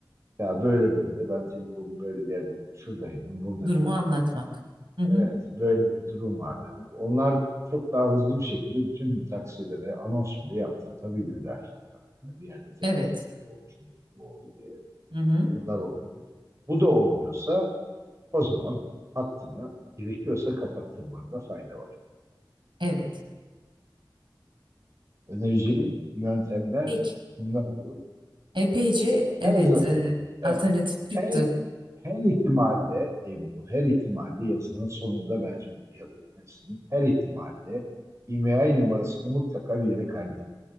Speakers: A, on the right (about 35°); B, on the right (about 80°).
A: ya böyle böyle ben telefonumu böyle bir yerden şuradaydım, burada
B: Durumu
A: bindim
B: anlatmak. Hı hı.
A: Evet, böyle bir durum var demek. Onlar çok daha hızlı bir şekilde bütün taksilere anons bile yaptırtabilirler. Yani Bir yerde telefon
B: Evet.
A: kaybolmuş, bu oldu diye.
B: Hı hı.
A: Bunlar olabilir. Bu da olmuyorsa o zaman hattını gerekiyorsa kapattırmanda fayda var.
B: Evet.
A: Önereceğim yöntemler
B: Peki.
A: bunlar olur.
B: Epeyce
A: Her
B: evet
A: zaman,
B: e,
A: evet,
B: alternatif çıktı.
A: Her, her ihtimalde Ebru, her ihtimalde yazının sonunda bence bir yazabilirsin. Her ihtimalde IMEI numarasını mutlaka bir yere kaydedin